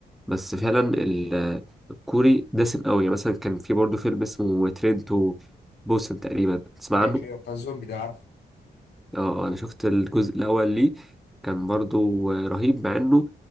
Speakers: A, in the centre; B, on the left (about 80°).
A: بس فعلا ال- الكوري دسم قوي يعني مثلا كان في برضه فيلم اسمه ترينتو بوسن تقريبا تسمع
B: ايوه
A: عنه؟
B: ايوه بتاع الزومبي ده عارفه
A: اه آه، انا شفت الجزء الاول ليه كان برضو آه، رهيب مع انه